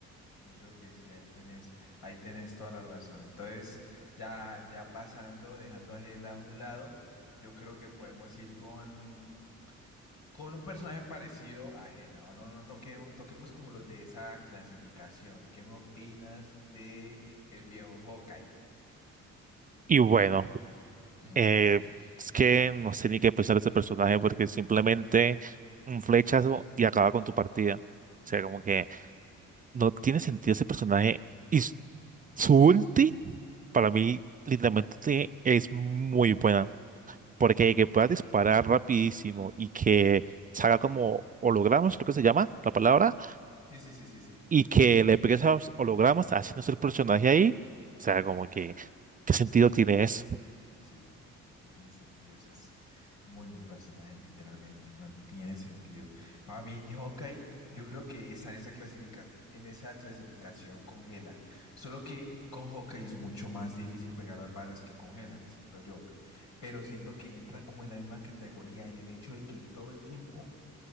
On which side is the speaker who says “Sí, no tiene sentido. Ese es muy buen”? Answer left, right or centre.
Left